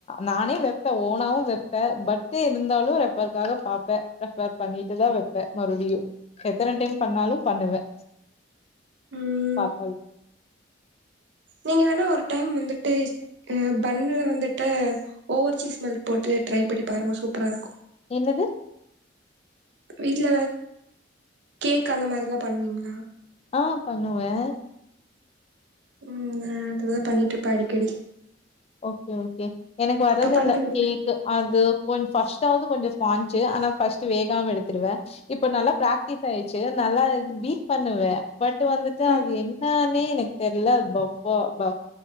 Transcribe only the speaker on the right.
ம்
நீங்க வேணா ஒரு டைம் வந்துட்டு பண்ணல வந்துட்டு ஓவர் சீஸ் மெல்க் போட்டு ட்ரை பண்ணி பாருங்க சூப்பரா இருக்கும்
வீட்ல கேக் அந்த மாதிரில்லா பண்ணுவீங்களா
ம் அதுதான் பண்ணிட்டு இருப்பேன் அடிக்கடி
இப்ப பண்றதில்ல
ம்